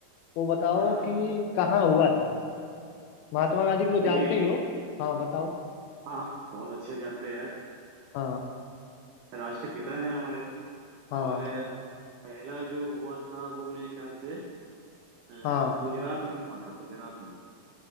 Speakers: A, on the left; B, on the right.
A: वो बताओ
B: हाँ हाँ
A: कि कहाँ हुआ था महात्मा गांधी को तो
B: ये
A: जानते ही हो हाँ बताओ
B: हाँ बहुत अच्छे जानते हैं यार
A: हाँ
B: <laughs> राष्ट्रपिता हैं हमारे
A: हाँ
B: और
A: सर,
B: पहला जो हुआ था वो मेरे ख्याल से अ, गुजरात
A: हाँ
B: में हुआ था गुजरात में